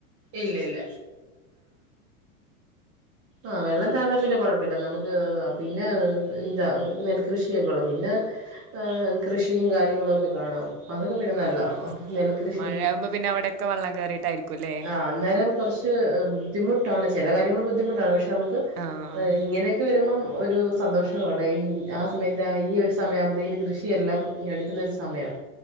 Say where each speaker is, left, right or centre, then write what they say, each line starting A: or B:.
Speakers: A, on the right; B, on the right.
A: ഇല്ല ഇല്ല ആഹ് വെള്ളം താന്നാ പിന്നെ കൊഴപ്പി ല്ല നമുക്ക് പിന്നെ ഇതാ നെൽകൃഷിയൊകൊള്ളപ്പോ ആ കൃഷിയും കാര്യങ്ങളൊക്കെ കാണോ അതൊക്കെ പിന്നെ നല്ലതാ
B: ആഹ്
A: നെൽകൃഷി,
B: മഴയാവുമ്പോ പിന്നെ അവിടെയൊക്കെ വെള്ളം കേറിയിട്ടായിരിക്കുംല്ലേ
A: ആഹ് അന്നേരം കൊറച്ച് ബുദ്ധിമുട്ടാണ് ചെല കാര്യങ്ങൾ ബുദ്ധിമുട്ടാണ് പക്ഷെ നമുക്ക്
B: ആഹ്
A: ഇങ്ങനെയൊക്കെ വരുമ്പം ഒരു സന്തോഷവുമാണ് ഈ ആ സമയത്ത് ആ ഈ ഒരു സമയമാവുതെന് കൃഷിയെല്ലാം എടുക്കുന്നൊരു സമയാണ്.